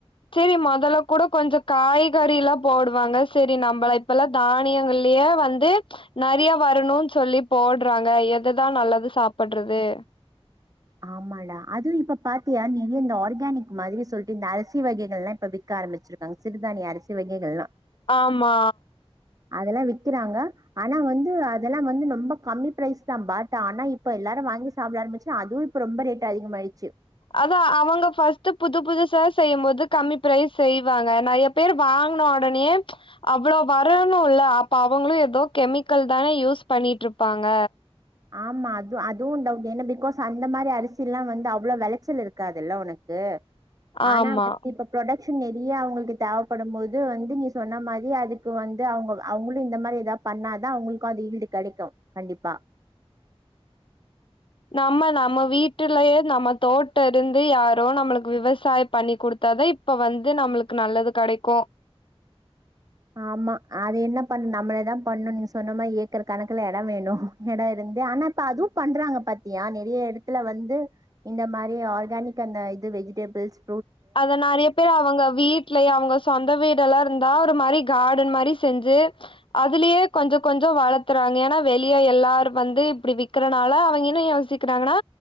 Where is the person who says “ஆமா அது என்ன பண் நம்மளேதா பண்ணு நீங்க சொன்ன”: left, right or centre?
Right